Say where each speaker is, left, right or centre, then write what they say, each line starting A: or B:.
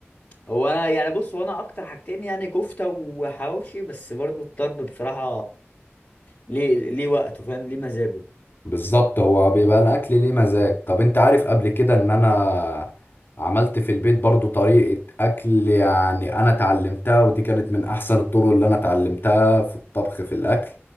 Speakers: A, on the left (about 25°); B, on the left (about 50°).
A: هو انا يعني بص هو انا اكتر حاجتين يعني كفته وحواوشي بس برضو الطرب بصراحه ليه ليه وقته فاهم ليه مزاجه
B: بالظبط هو بيبقى الاكل ليه مزاج طب انت عارف قبل كده ان انا عملت في البيت برضو طريقه اكل يعني انا اتعلمتها ودي كانت من احسن الطرق اللي انا اتعلمتها في الطبخ في الاكل